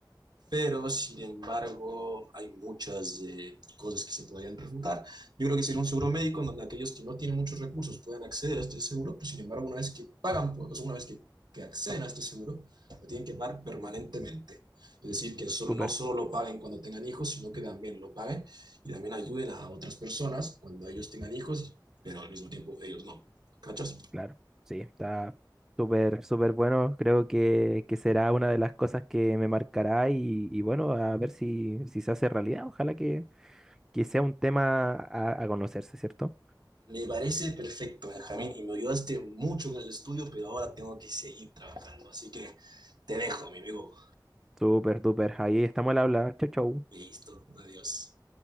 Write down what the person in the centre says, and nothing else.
Súper,
claro. Sí, está súper, súper bueno. Creo que, que será una de las cosas que me marcará y, y bueno, a ver si, si se hace realidad. Ojalá que, que sea un tema a a conocerse, ¿cierto?
Súper, súper. Ahí estamos al habla. Chau, chau.